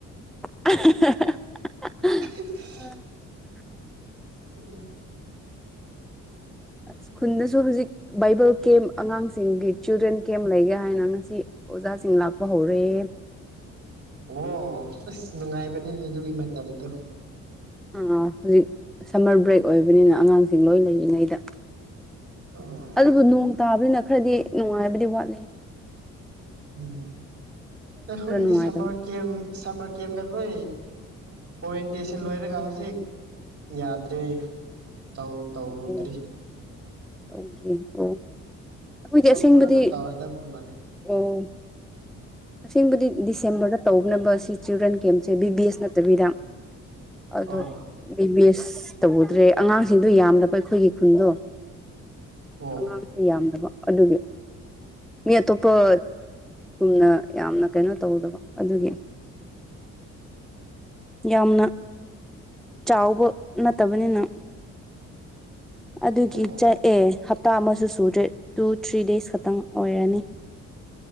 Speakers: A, in the centre; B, on the right.
A: ꯑꯍꯍꯍ
B: ꯑꯟꯑꯣꯗꯤꯕꯜ
A: ꯑꯟꯑꯣꯗꯤꯕꯜ
B: ꯎꯝ
A: ꯑꯁ ꯈꯨꯟꯗꯁꯨ ꯍꯧꯖꯤꯛ ꯕꯥꯏꯕꯜ ꯀꯦꯝ ꯑꯉꯥꯡꯁꯤꯡꯒꯤ ꯆꯤꯜꯗ꯭ꯔꯦꯟ ꯀꯦꯝ ꯂꯩꯒꯦ ꯍꯥꯏꯅ ꯉꯁꯤ ꯑꯣꯖꯥꯁꯤꯡ ꯂꯥꯛꯄ ꯍꯧꯔꯦꯌꯦ
B: ꯑꯣ ꯑꯁ ꯅꯨꯡꯉꯥꯏꯕꯅꯤꯅꯦ ꯑꯗꯨꯒꯤ ꯃꯇꯝꯗꯣ
A: ꯑ ꯍꯧꯖꯤꯛ ꯁꯝꯃꯔ ꯕ꯭ꯔꯦꯛ ꯑꯣꯏꯕꯅꯤꯅ ꯑꯉꯥꯡꯁꯤꯡ ꯂꯣꯏ ꯂꯩꯔꯤꯉꯩꯗ
B: ꯑꯣ
A: ꯑꯗꯨꯕꯨ ꯅꯣꯡ ꯇꯥꯕꯅꯤꯅ ꯈꯔꯗꯤ ꯅꯨꯡꯉꯥꯏꯕꯗꯤ ꯋꯥꯠꯅꯤ
B: ꯎꯝ ꯑꯩꯈꯣꯏꯒꯤꯗꯤ
A: ꯅꯨꯡꯉꯥꯏꯇꯕ
B: ꯁꯝꯃꯔ ꯀꯦꯝ ꯁꯝꯃꯔ ꯀꯦꯝꯞ ꯚꯥ ꯂꯣꯏ ꯑꯣꯔꯦꯟꯇꯦꯁꯟ ꯂꯣꯏꯔꯒ ꯍꯧꯖꯤꯛ ꯌꯥꯗ꯭ꯔꯦ ꯇꯧ ꯇꯧꯗ꯭ꯔꯤ
A: ꯑꯣ <unintelligible> ꯑꯩꯈꯣꯏꯗꯤ
B: ꯄꯣꯁꯄꯣꯟ
A: ꯑꯁꯦꯡꯕꯗꯤ
B: ꯑꯗꯨꯝ ꯇꯧꯔꯗꯕ ꯃꯥꯜꯂꯦ
A: ꯑ‌ꯣ ꯑꯁꯦꯡꯕꯗꯤ ꯗꯤꯁꯦꯝꯕꯔꯗ ꯇꯧꯅꯕ ꯁꯤ ꯆꯤꯜꯗ꯭ꯔꯦꯟ ꯀꯦꯝꯁꯦ ꯕꯤ ꯕꯤ ꯑꯦꯁ ꯅꯠꯇꯕꯤꯗ ꯑꯗꯨ
B: ꯑꯣ
A: ꯕꯤꯕꯤ ꯑꯦꯁ ꯁ ꯇꯧꯗ꯭ꯔꯦ ꯑꯉꯥꯡꯁꯤꯡꯗꯣ ꯌꯥꯝꯗꯕ ꯑꯩꯈꯣꯏꯒꯤ ꯈꯨꯟꯗꯣ
B: ꯑꯣ
A: ꯑꯉꯥꯡꯁꯨ ꯌꯥꯝꯗꯕ ꯑꯗꯨꯒꯤ ꯃꯤ ꯑꯇꯣꯞꯄꯒꯨꯝꯅ ꯌꯥꯝꯅ ꯀꯩꯅꯣ ꯇꯧꯗꯕ ꯑꯗꯨꯒꯤ ꯌꯥꯝꯅ ꯆꯥꯎꯕ ꯅꯠꯇꯕꯅꯤꯅ ꯑꯗꯨꯒꯤ
B: ꯑꯣ
A: ꯆ ꯑꯦ ꯍꯞ ꯍꯞꯇꯥ ꯑꯃꯁꯨ ꯁꯨꯗ꯭ꯔꯦ ꯇꯨ ꯊ꯭ꯔꯤ ꯗꯦꯖ ꯈꯛꯇꯪ ꯑꯣꯏꯔꯅꯤ꯫